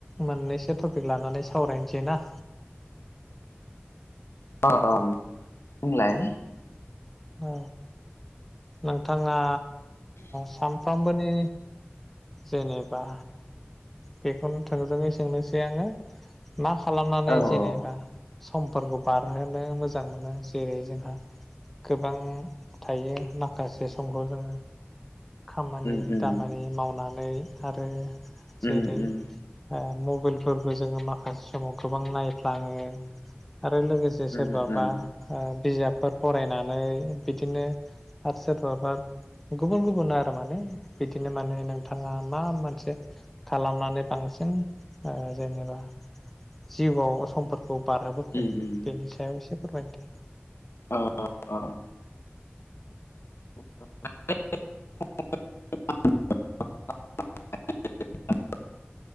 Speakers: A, in the centre; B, on the left.
A: मोननैसो टपिक लानानै सावरायनोसै ना
B: अ अ बुंलाय
A: औ नोंथाङा स <unintelligible> फ्रामबोनि जेनेबा बेखौ। थोंजोङै सोंनोसै आङो। मा खालामनानै
B: औ
A: जेनेबा।
B: औ
A: समफोरखौ बारहोनो मोजां मोनो जेरै जोंहा गोबां थायो माखासे समखौ जोङो। खामानि
B: उम उम
A: दामानि मावना नै आरो जेरै
B: उम
A: ओ
B: उम
A: मबाइलफोरबो जोङो माखासे समाव गोबां नायफ्लाङो। आरो लोगोसे सोरबाबा
B: उम उम
A: ओ बिजाब। फोर फरायनानै बिदिनो आरो सोरबाबा गुबुन गुबुन आरो माने बिदिनो माने नोंथाङा मा मोनसे? खालामनानै बांसिन ओ जेनेबा जिउआव समफोर खौ बारहोबोखो
B: उम उम
A: बेनि सायाव एसे फोरमाय।
B: अ अ। <unintelligible>